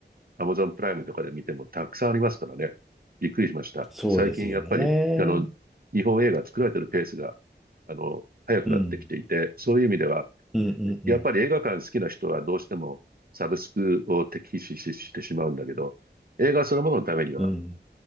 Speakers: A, on the right; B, in the centre.
A: アマゾンプライムとかで見てもたくさんありますからね。びっくりしました。
B: そうですよね。
A: 最近やっぱり、あの、日本映画作られてるペースが、あの、早くなってきていて、
B: うん、
A: そういう意味では、
B: うん、うん、
A: やっぱり映画館好きな人はどうしてもサブスクを敵視してしまうんだけど、
B: うん。
A: 映画そのもののためには
B: うん